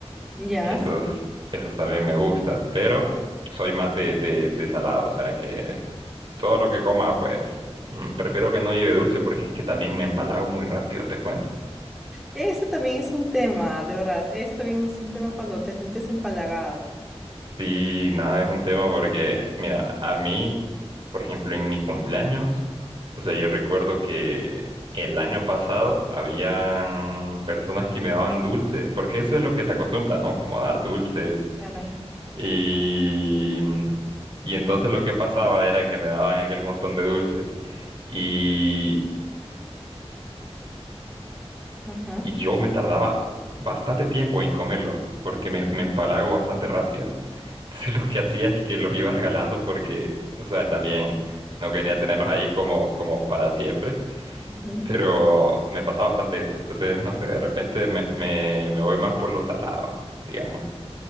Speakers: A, in the centre; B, on the right.
A: Ya,
B: esos,
A: sí.
B: esos también me gustan, pero soy más de, de, de salado, o sea que todo lo que coma, pues mm, prefiero que no lleve dulce porque es que también me empalago muy rápido, te cuento.
A: Ese también es un tema, de verdad. Ese también es un tema cuando te sientes empalagado.
B: Sí, nada, es un tema porque, mira, a mí, por ejemplo, en mi cumpleaños, o sea, yo recuerdo que el año pasado habían personas que me daban dulce, porque eso es lo que se acostumbra, ¿no? Como dar dulces
A: Claro.
B: Y, y entonces lo que pasaba era que me daban aquel montón de dulces y,
A: Ajá.
B: y yo me tardaba bastante tiempo en comerlos porque me, me empalago bastante rápido. Entonces <laughs> lo que hacía es que los iba regalando porque, o sea, también no quería tenerlos ahí como, como para siempre,
A: Ujú.
B: pero me pasaba bastante eso. Entonces, no sé, de repente me, me, me voy más por lo salado, digamos.